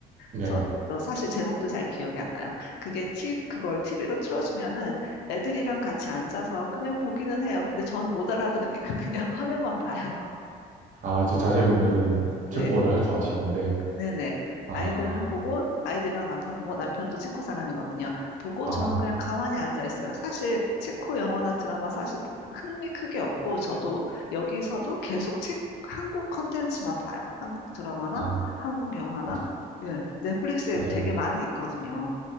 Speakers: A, on the right; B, on the left.
A: 네.
B: 서, 너 사실 제목도 잘 기억이 안 나요. 그게 티, 그걸 TV로 틀어주면은 애들이랑 같이 앉아서 그냥 보기는 해요. 근데 저는 못 알아들으니까 <laughs> 그냥 화면만 봐요. <laughs>
A: 아, 이제 자제분들은
B: 네,
A: 체코어를 할 줄 아시는데,
B: 네네.
A: 아,
B: 아이들은 보고, 아이들이랑 남편은 뭐, 남편도 체코 사람이거든요. 보고
A: 아,
B: 저는 그냥 가만히 앉아 있어요. 사실 체코 영화나 드라마 사실 뭐 흥미 크게 없고, 저도 여기서도 계속 책, 한국 컨텐츠만 봐요. 한국 드라마나
A: 아,
B: 한국 영화나,
A: 맞아요.
B: 예, 넷플릭스에
A: 맞아요.
B: 되게 많이 있거든요.